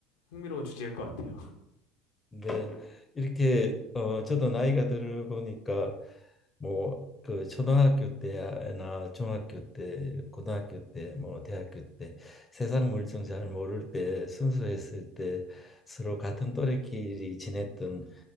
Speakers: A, on the left; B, on the left.
A: 흥미로운 주제일 것 같아요.
B: 네, 이렇게 어, 저도 나이가 들어보니까 뭐 그 초등학교 때나 중학교 때, 고등학교 때, 뭐 대학교 때 세상 물정 잘 모를 때 순수했을 때 서로 같은 또래끼리 지냈던